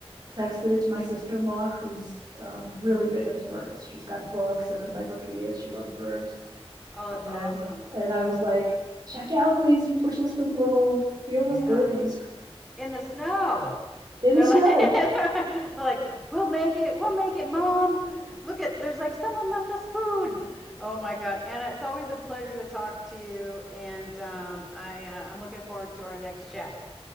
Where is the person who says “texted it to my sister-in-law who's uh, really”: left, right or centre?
Right